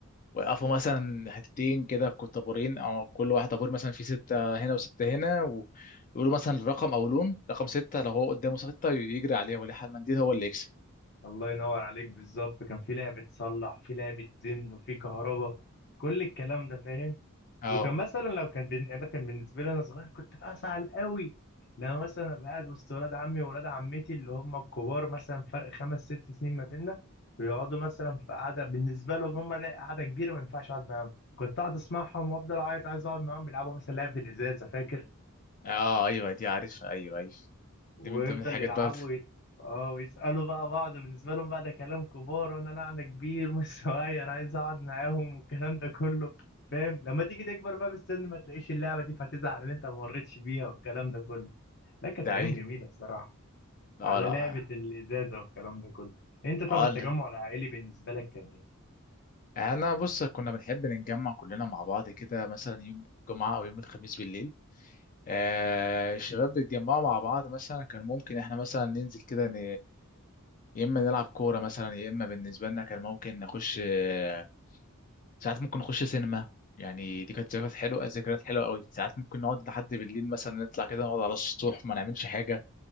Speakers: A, on the left (about 40°); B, on the left (about 55°).
A: وقفوا مثلا حتتين كده كو- طابورين او كل واحد طابور مثلا فيه ستة هنا وستة هنا و- ويقولوا مثلا الرقم او لون رقم ستة لو هو قدامه ستة يجري عليها ولا حد منديل هو اللي يكسب
B: الله ينور عليك بالظبط كان في لعبة صلح في لعبة زن وفي كهرباء كل الكلام ده فاهم
A: اه
B: وكان مثلا لو كان بين... انا كان بالنسبة لي انا صغير كنت بزعل قوي لما مثلا ابقى قاعد وسط ولاد عمي وولاد عمتي اللي هم الكبار مثلا فرق خمس ست سنين ما بيننا ويقعدوا مثلا في قعدة بالنسبة لهم هم لا قعدة كبيرة ما ينفعش اقعد معاهم كنت قاعد اسمعهم وافضل اعيط عايز اقعد معاهم بيلعبوا مثلا لعبة الازاز فاكر
A: اه ايوه دي عارفها ايوه ايوه
B: ويفضل
A: دي من ضمن الحاجات
B: يلعبوا
A: برضه
B: وي... اه ويسألوا بقى بعض بالنسبة لهم بقى ده كلام كبار وانا لا انا كبير <laughs> مش صغير عايز اقعد معاهم والكلام ده كله فاهم لما تيجي تكبر بقى بالسن ما تلاقيش اللعبة دي فهتزعل ان انت ما مريتش بيها والكلام ده كله لا كانت
A: ده
B: ايام
A: ايه
B: جميلة الصراحة
A: اه
B: على
A: لا
B: لعبة الازازة والكلام ده كله انت طب
A: اه
B: التجمع
A: لا
B: العائلي بالنسبة لك كان ايه؟
A: انا بص كنا بنحب نتجمع كلنا مع بعض كده مثلا يوم الجمعة او يوم الخميس بالليل آه، الشباب بيتجمعوا مع بعض مثلا كان ممكن احنا مثلا ننزل كده ن... يا اما نلعب كوره مثلا يا اما بالنسبه لنا كان ممكن نخش آه، ساعات ممكن نخش سينما يعني دي كانت ذكريات حلوه ذكريات حلوه قوي ساعات ممكن نقعد لحد بالليل مثلا نطلع كده نقعد على السطوح ما نعملش حاجه